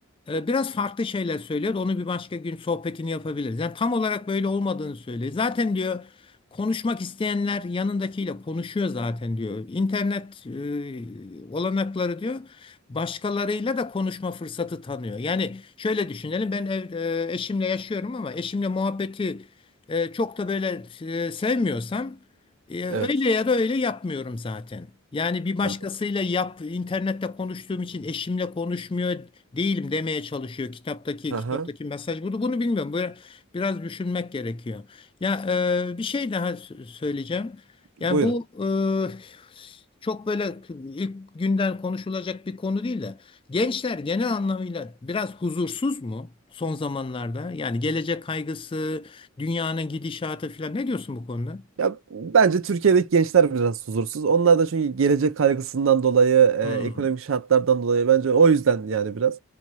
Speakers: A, on the left (about 25°); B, on the right (about 65°).
A: e, biraz farklı şeyler söylüyor. Onu bir başka gün sohbetini yapabiliriz. Yani tam olarak böyle olmadığını söylüyor. Zaten diyor konuşmak isteyenler yanındakiyle konuşuyor zaten diyor. İnternet e, olanakları diyor başkalarıyla da konuşma fırsatı tanıyor. Yani şöyle düşünelim ben ev, e, eşimle yaşıyorum ama eşimle muhabbeti e, çok da böyle e, sevmiyorsam e, öyle
B: Evet.
A: ya da öyle yapmıyorum zaten. Yani bir başkasıyla
B: Anladım.
A: yap, internette konuştuğum için eşimle konuşmuyor değilim demeye çalışıyor. Kitaptaki
B: Aha.
A: kitaptaki mesaj bunu bunu bilmiyorum. Böyle biraz düşünmek gerekiyor. Ya e, bir şey daha sö- söyleyeceğim.
B: Buyurun.
A: Yani bu e, çok böyle ilk günden konuşulacak bir konu değil de gençler genel anlamıyla biraz huzursuz mu son zamanlarda? Yani gelecek kaygısı, dünyanın gidişatı falan ne diyorsun bu konuda?
B: Ya bence Türkiye'deki gençler biraz huzursuz. Onlar da çünkü gelecek kaygısından dolayı, e,
A: Hmm.
B: ekonomik şartlardan dolayı bence o yüzden yani biraz.